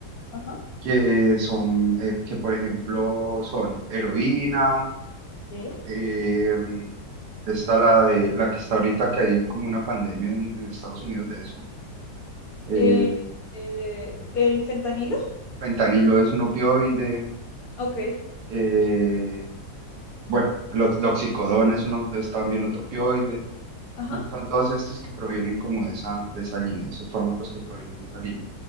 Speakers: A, on the left; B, on the right.
A: Ajá.
B: que son, eh, que por ejemplo son heroína,
A: Sí.
B: em, está la de la que está ahorita que hay como una pandemia en en Estados Unidos de eso eh,
A: Eh, eh, ¿el fentanilo?
B: Fentanilo es un opioide.
A: Ok.
B: eh, bueno, lo- loxicodona es, uno, es también otro opioide.
A: Ajá.
B: Bueno, son todos estos que provienen como de esa, de esa línea, esos fármacos que provienen de esa línea.